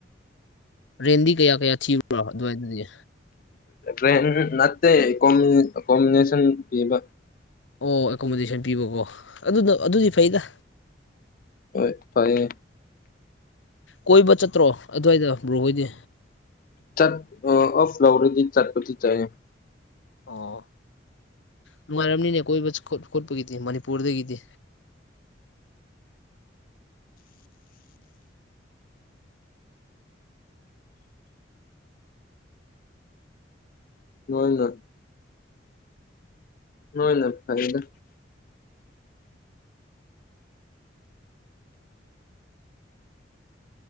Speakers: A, on the left; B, on the left.
A: ꯔꯦꯟꯗꯤ ꯀꯌꯥ ꯀꯌꯥ ꯊꯤꯕ꯭ꯔꯣ ꯑꯗꯨꯋꯥꯏꯗꯨꯗꯤ
B: ꯔꯦꯟ ꯅꯠꯇꯦ ꯀꯣꯝꯃꯤꯟ ꯀꯣꯝꯅꯦꯁꯟ ꯄꯤꯕ꯫
A: ꯑꯣ ꯑꯦꯀꯣꯃꯣꯗꯦꯁꯟ ꯄꯤꯕꯀꯣ ꯑꯗꯨꯗꯣ ꯑꯗꯨꯗꯤ ꯐꯩꯗꯥ
B: ꯍꯣꯏ ꯐꯩꯌꯦ꯫
A: ꯀꯣꯏꯕ ꯆꯠꯇ꯭ꯔꯣ ꯑꯗꯨꯋꯥꯏꯗꯣ ꯕ꯭ꯔꯨꯍꯣꯏꯗꯤ꯫
B: ꯆꯠ ꯑꯣꯐ ꯂꯧꯔꯗꯤ ꯆꯠꯄꯇꯤ ꯆꯥꯏ
A: ꯑꯣ ꯅꯨꯡꯉꯥꯏꯔꯝꯅꯤꯅꯦ ꯀꯣꯏꯕ ꯈꯣꯠꯄꯒꯤꯗꯤ ꯃꯅꯤꯄꯨꯔꯗꯒꯤꯗꯤ
B: ꯅꯣꯏꯅ ꯍꯣꯏꯅ ꯐꯥꯔꯦꯗ